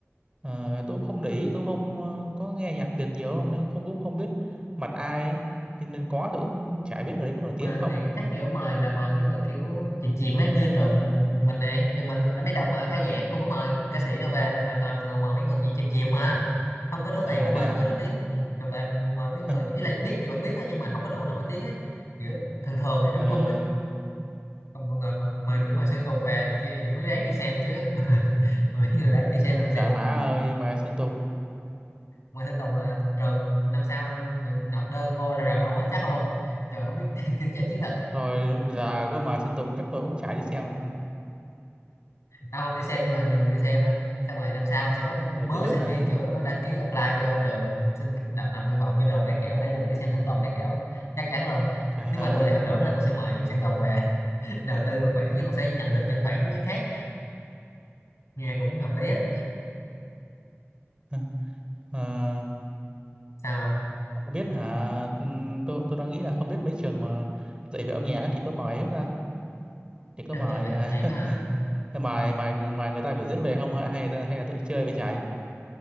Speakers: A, on the right; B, on the left.
A: ờ, tôi cũng không để ý, tôi cũng không ờ, có nghe nhạc Việt nhiều không nên không cũng không biết mặt ai ấy. Nên, nên có tôi cũng chả biết người đấy có nổi tiếng
B: mà
A: hay
B: mình
A: không.
B: nghĩ chắc kiểu mời là mời mấy người kiểu chìm chìm ấy như trường mình này trường mình đã biết đọc mà khai giảng cũng có mời ca sĩ đâu về mà toàn người mời mấy người gì chìm chìm mà không có đủ
A: À
B: tiền để mời
A: thế à.
B: người nổi tiếng ừ, toàn toàn mời mấy người
A: <laughs>
B: ý là biết thì vẫn biết á nhưng mà không có đủ nổi tiếng á kiểu thường thường ấy trung
A: Ờ,
B: trung ấy còn mọi người mà, mà
A: ừm,
B: kiểu ngoài Sơn Tùng về này kia thì mới đáng đi xem chứ <laughs> mà mấy người đấy đi xem làm gì
A: trời má ơi, Mai Sơn Tùng.
B: ngoài Sơn Tùng là trường năm sau người nộp đơn vô là rần luôn á chắc luôn trời không biết <laughs> kinh doanh chiến
A: Thôi giờ có mời Sơn Tùng chắc tôi cũng chả đi xem làm. Rồi
B: tao không đi xem nhưng mà nhiều người đi xem á xong rồi năm sau sẽ có một
A: Ờ,
B: mớ
A: tôi biết
B: sinh
A: là
B: viên kiểu đăng ký apply vô trường xin nộp, nộp nguyện vọng vô trường các kiểu để được đi xem Sơn Tùng các kiểu chắc chắn luôn
A: trời
B: nếu
A: ơi.
B: mà tôi là hiệu trưởng là tôi sẽ mời Sơn Tùng về <laughs> đầu tư được khoản nhưng mà sẽ nhận được những khoản khác nghe cũng hợp lý á
A: <laughs> Ờ,
B: sao không?
A: không biết hả? Ừm, Tôi tôi đang nghĩ là không biết mấy trường mà dạy về âm nhạc ấy thì có mời không ta? Thì có
B: trường
A: mời
B: dạy về âm
A: à,
B: nhạc
A: <laughs>
B: đó hả
A: mời mời mời người ta biểu diễn về không hay hay là, hay là tự chơi về chạy?